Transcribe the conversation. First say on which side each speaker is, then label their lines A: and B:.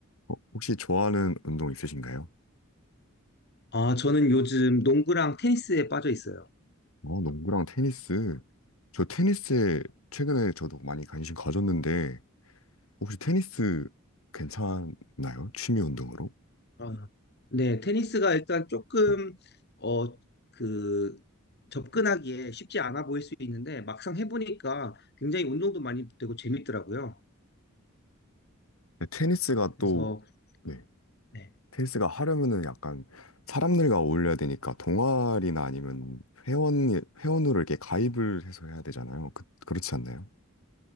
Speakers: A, on the left; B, on the left.
A: 어, 혹시 좋아하는 운동 있으신가요?
B: 아, 저는 요즘 농구랑 테니스에 빠져 있어요.
A: 어, 농구랑 테니스. 저 테니스에 최근에 저도 많이 관심 가졌는데, 혹시 테니스 괜찮나요? 취미 운동으로?
B: 아, 네, 테니스가 일단 조금,
A: 음.
B: 어, 그, 접근하기에 쉽지 않아 보일 수 있는데, 막상 해보니까 굉장히 운동도 많이 되고 재밌더라고요.
A: 네, 테니스가 또,
B: 그래서,
A: 네,
B: 네,
A: 테니스가 하려면은 약간 사람들과 어울려야 되니까 동아리나 아니면 회원, 회원으로 이렇게 가입을 해서 해야 되잖아요. 그, 그렇지 않나요?